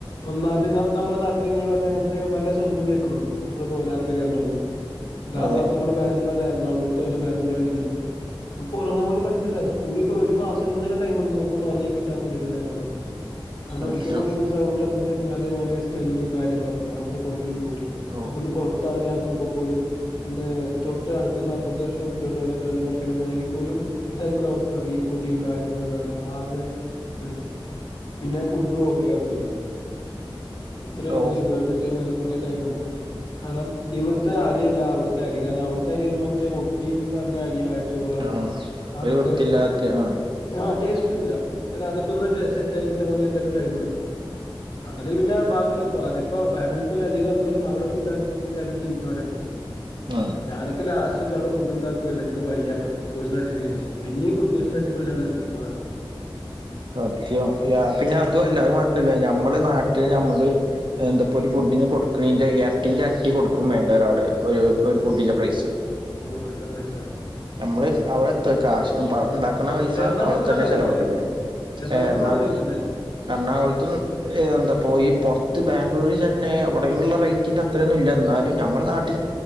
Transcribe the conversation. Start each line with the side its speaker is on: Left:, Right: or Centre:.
Left: ഒന്നാമതി ന നമ്മള നാട്ടിലീ നീ പറഞ്ഞമാതിരി എവിടേം വല്ല സൗണ്ടും കേൾക്കുന്നുണ്ടോ, നമ്മളിപ്പോ രാത്രി കിടന്ന് ഒറങ്ങുമ്പോ? ഇതാ
Right: അതെ
Left: ഭാഗത്ത് നമ്മളിപ്പ നീ പറഞ്ഞ എറണാകുളത്തൊ വല്ല ബാംഗ്ളൂർ ആണെങ്കിലോ? നമ്മക്ക് ഒറങ്ങാൻ പോലും പറ്റത്തില്ല കൂടിപ്പോയ ഒരു മാസം എന്തായാലും ടൈം എടുക്കും നമുക്കൊന്ന് ഒറങ്ങി കിട് ട്ടാൻ വേണ്ടിട്ട് നേരാവണ്ണം കാരണം
Right: അത്ര
Left: ഒരിക്കപ്പോലും മിസ് സൗണ്ട് അമ്മക്ക് സേഫ് അതേപോലെ സ്മെല്ലും കാര്യങ്ങളൊക്കെ, അവിടുത്തെ പൊകയും പൊടിയും.
Right: ഓ
Left: നമുക്കൊന്ന് പൊറ ത്തെറങ്ങി നടക്കുമ്പോൾ പോലും ഒന്ന് തൊട്ടടുത്ത്ന്ന് അപ്പുറത്തെ ഷോപ്പിലോട്ട് പോലെ വെള്ളം കുടിക്കണെ പോണെങ്കിൽ പോലും ഇതായിരിക്കും അവസ്ഥ, ഈ പൊടിയും കാര്യങ്ങളൊക്കെ കാരണം ആകെ ഇതായി. പിന്നെ ഫുഡ്ഡും ഓ ക്കെ ആവത്തില്ല. എത്ര <unintelligible>
Right: ഓ
Left: ഇതേപോലെ കൊറേ ടൈം എടുക്കും. കാരണം ഇവിടുത്തെ അരിയല്ല അവിടുത്തെ അരി. കാരണം അവിടുത്തെ അരി അവര് മറ്റേ ഒട്ടി പറഞ്ഞരിയാ ചോറാണ്
Right: ആ
Left: അവിടുത്തെ. അതൊക്കെ
Right: ഒരു വൃത്തിയില്ലാത്ത ആ
Left: ആഹ് ടേസ്റ്റുല്ല. ഒരു അതൊക്കെ ഒന്ന് സെറ്റായിക്കിട്ടാൻ വേണ്ടി എന്തായാലും ടൈം എടുക്കും. എന്നല് പിന്നെ ബാക്കിലിക്കു ആദ്യം ഇപ്പൊ ബാംഗ്ലൂർ പോല അധിക ആൾക്കാരും അവിടെ ഫുഡ് ഉണ്ടാക്കി ജീവിക്കണോലാപ്പോ
Right: ആ
Left: ഞാനൊക്കെ ലസ് അവിടെ ഫുഡ് ഉണ്ടാക്കുവാ എനിക്ക് വയ്യാത്ത ഫുഡ് പോസൺ അടിച്ചന് ശേഷം പിന്ന ഫുഡ് പോയിസ അടിച്ചപ്പോൾ ഞാ നിർത്തി പോന്നവിടെ
Right: സത്യം പിന്നെ അതുല്ല അത് മാത്രല്ല ഞമ്മള് നാട്ടില് നമ്മള് എന്താപ്പൊ ഒരു ഫുഡിന് കൊടുക്കണന്റെ ഇരട്ടിന്റെ ഇരട്ടി കൊടുക്കും വേണ്ട ഒരാ ഫുഡിന്റെ പ്രൈസ്
Left: ഓഹ് നല്ല പൈസ അവടെ
Right: നമ്മൾ അവിടെ കാശ് അവിടെണ്ടാക്കുന്ന പൈസ
Left: എറണാകുളത്ത്
Right: അവിടെത്തന്നെ
Left: നല്ല
Right: ചെലവാക്കേണ്ടി
Left: റേറ്റ് ആയിരുന്നോ
Right: വരും
Left: എറണാകുളത്ത്
Right: എറണാകുള
Left: നല്ല റേറ്റ് ഉണ്ടായിരുന്നോ
Right: എറണാകുളത്തും ഏ എന്താ പോ ഈ പുറത്ത് ബാംഗ്ലൂര്ൽ തന്നെ അവിടെുള്ള റേറ്റിന്റെ അത്രൊന്നും ഇല്ല എന്നാലും നമ്മുടെ നാട്ട